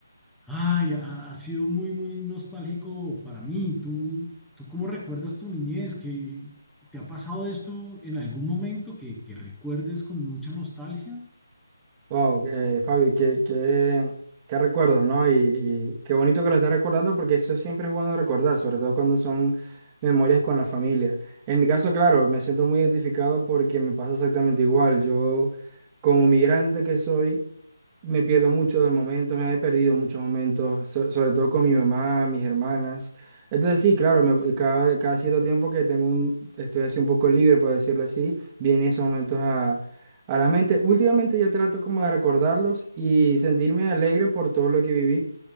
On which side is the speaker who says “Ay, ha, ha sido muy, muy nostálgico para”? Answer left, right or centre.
Centre